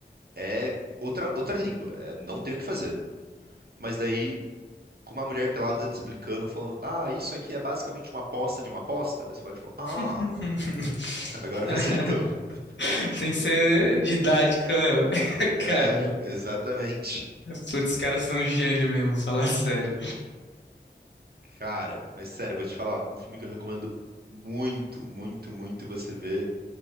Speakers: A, on the right; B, on the left.
A: é outra, outra língua, é, não tem o que fazer. Mas daí, com uma mulher pelada tá te explicando, falando, ah, isso aqui é basicamente uma aposta de uma aposta, daí você fala, tipo, ah,
B: <laughs>
A: agora facilitou. <laughs>
B: Tem que ser didática, né? <laughs>
A: É,
B: Cara,
A: exatamente.
B: putz, os caras são gênio mesmo, falar sério.
A: Cara, mas sério, eu vou te falar, um filme que eu recomendo muito, muito, muito você ver